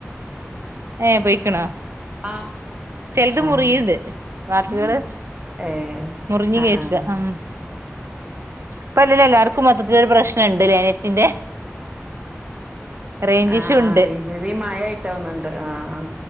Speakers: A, on the right; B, on the right.
A: ഏഹ് പെയിക്കണോ.
B: ആഹ്
A: ചെല്ത്
B: ആഹ്
A: മുറിയിണ്ട് വാക്ക്കള്
B: ഏഹ്
A: മുറിഞ്ഞ്
B: ആഹ്
A: കേക്ക
B: ആഹ്
A: ഉം ഇപ്പ അല്ലേലും എല്ലാർക്കും മൊത്തത്തിലൊരു പ്രശ്നണ്ട്ലേ നെറ്റിന്റെ റേഞ്ച്
B: ആഹ്
A: ഇഷ്യൂ ഉണ്ട്
B: ആഹ് റെയ്ഞ്ച്ന് ഇപ്പ ഈ മയായിട്ട തോന്ന്ണ്ട് ആഹ് ആഹ്